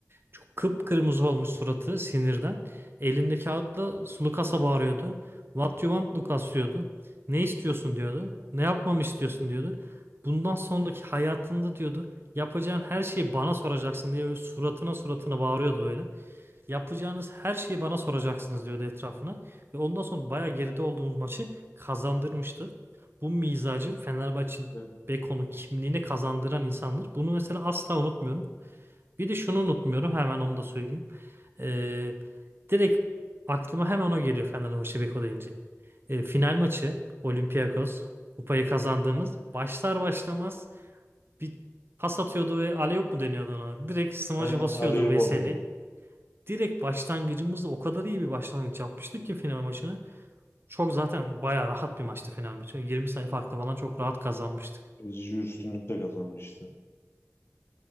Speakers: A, on the right; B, on the left.
A: Çok kıpkırmızı olmuş suratı sinirden. Elinde kağıtla Lucas'a bağırıyordu. What you want Lucas diyordu. Ne istiyorsun diyordu. Ne yapmamı istiyorsun diyordu. Bundan sonraki hayatında diyordu. Yapacağın her şeyi bana soracaksın diye böyle suratına suratına bağırıyordu böyle. Yapacağınız her şeyi bana soracaksınız diyordu etrafına. Ve ondan sonra bayağı geride olduğumuz maçı kazandırmıştı. Bu mizacı Fenerbahçe'nin
B: Evet.
A: Beko'nun kimliğini kazandıran insandır. Bunu mesela asla unutmuyorum. Bir de şunu unutmuyorum hemen onu da söyleyeyim. Ee, direkt aklıma hemen o geliyor Fenerbahçe Beko deyince. Ee, final maçı Olympiakos kupayı kazandığımız başlar başlamaz bir pas atıyordu ve alley-oop mu deniyordu ona? Direkt smacı
B: Aynen
A: basıyordu
B: Alev
A: Veseli.
B: alıyor.
A: Direkt başlangıcımızda o kadar iyi bir başlangıç yapmıştık ki final maçını. Çok zaten bayağı rahat bir maçtı final maçı. 20 sayı farklı falan çok rahat kazanmıştık.
B: Ezici üstünlükle kazanmıştı.